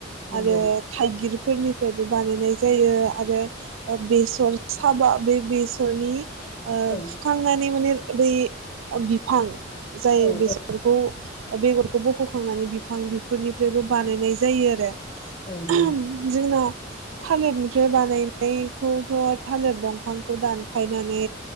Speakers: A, on the left; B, on the right.
A: नंगौ
B: आरो थाइगिर फोरनिफ्रायबो बानायनाय जायो आरो ओ बेसर साबा बे बेसरनि ओ
A: औ
B: फुखांनानै माने बे ओ बिफां जाय
A: औ औ
B: बेसरफोरखौ बेगरखौ बख' फुखांनानै बिफां बिफोरनिफ्रायबो बानायनाय जायो आरो।
A: औ नंगौ।
B: जोंनाव थालिरनिफ्राय बानायनायखौथ' थालिर दंफांखौ दानफाय माने